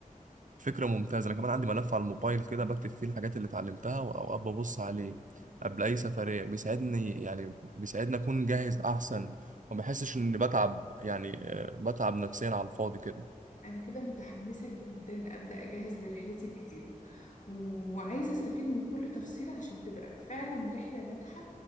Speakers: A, on the right; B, on the left.
A: فكرة ممتازة أنا كمان عندي ملف على الموبايل كده بكتب فيه الحاجات اللي اتعلمتها وأوقات ببص عليه قبل أي سفرية بيساعدني يعني بيساعدني أكون جاهز أحسن وما بحسش إني بتعب يعني آه، بتعب نفسيا على الفاضي كده
B: انا كده متحمسه جدا ابدا اجهز لرحلتي الجديده وعايزه استفيد من كل تفصيله عشان تبقى فعلا رحله ناجحه